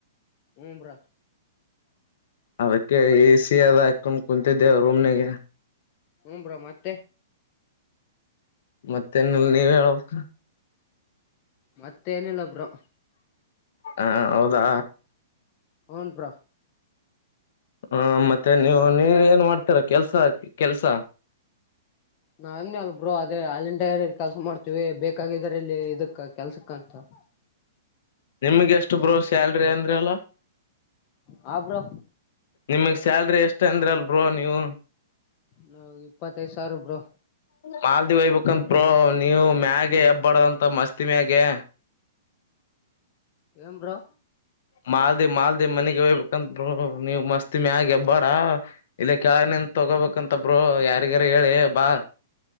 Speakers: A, on the left (about 30°); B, on the left (about 55°).
A: ಹ ಬ್ರಾ
B: ಅದಕ್ಕೆ ಎಸಿ ಅದ ಹಾಕೊಂಡ ಕುಂತಿದ್ದೆ ರೂಮ್ನಿಗೆ
A: ಹ್ರ ಬ್ರೋ ಮತ್ತೆ
B: ಮತ್ತೆನಲ್ಲ ನೀವ್ ಹೇಳಬೇಕ
A: ಮತ್ತೆ ಏನಿಲ್ಲ ಬ್ರು
B: ಹಾ ಹೌದಾ
A: ಹನ್ಪಾ ಬ್ರೋ
B: ಹ ಮತ್ತೆ ನೀವು ನೀವ ಏನ್ ಮಾಡ್ತೀರ ಕೆಲ್ಸ ಕೆಲ್ಸ
A: ನಾ ಅಲ್ಬರು ಅದೇ ಹಾಲ್ಲಿಡೆರೀ ಕೆಲಸ ಮಾಡ್ತಿ ಬೇಕಾಗಿದ್ದರಲ್ಲಿ ಇದಕ್ಕೆ ಕೆಲ್ಸಕ್ಕಂತ
B: ನಿಮಗೆ ಎಷ್ಟು ಬ್ರೋ ಸ್ಯಾಲ್ರಿ ಅಂದ್ರ ಅಲ್ಲ
A: ಹಾ ಬ್ರೋ
B: ನಿಮಗ್ ಸ್ಯಾಲ್ರಿ ಎಷ್ಟ ಅಂದ್ರ ಅಲ್ ಬ್ರೋ ನೀವು
A: ನಾವ ಇಪ್ಪತ್ತೈದು ಸಾವಿರ ಬ್ರು
B: ಮಾಲ್ದಿ ಹಯ್ಬೇಕಂತೋ ಬ್ರೋ ನೀವು ಮ್ಯಾಗೆ ಹೆಬ್ಬಾರ್ದಂತ ಮಸ್ತಿ ಮ್ಯಾಗೆ
A: ಏನ್ ಬ್ರೋ
B: ಮಾಲ್ದಿ ಮಾಲ್ದಿ ಮನೆಗೆ ಹೋಗ್ಬೇಕಂದರು ಬ್ರೋ ನೀವ್ ಮಸ್ತಿ ಮಿ ಆಗ ಎಬ್ಬಾರ ಇಲ್ಲ ಕೆಳನಿಂದ ತಗೋಬೇಕಂತ ಬ್ರೋ ಯಾರಿಗಾರ ಹೇಳಿ ಬಾ